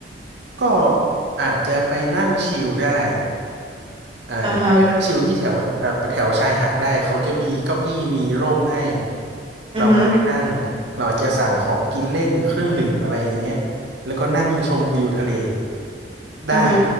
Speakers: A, on the right (about 75°); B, on the right (about 30°).
A: ก็อาจจะไปนั่งชิลได้ อ่าไปนั่งชิลที่แถวเอ่อแถวชายหาดได้เขาจะมีเก้าอี้มีร่มให้
B: อ่าฮะอือฮึ
A: เราก็ไปนั่งเราอาจจะสั่งของกินเล่นเครื่องดื่มอะไรอย่างเงี้ยแล้วก็นั่งชมวิวทะเลได้
B: อือฮึ